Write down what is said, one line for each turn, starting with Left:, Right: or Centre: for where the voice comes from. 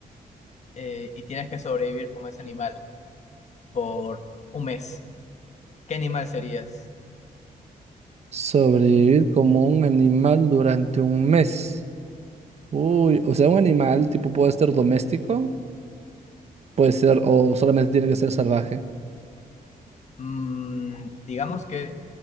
Left: eh, y tienes que sobrevivir como ese animal por un mes. ¿Qué animal serías?
Right: Sobrevivir como un animal durante un mes. Uy, o sea, un animal tipo puede ser doméstico, puede ser o solamente tiene que ser salvaje.
Left: mm, digamos que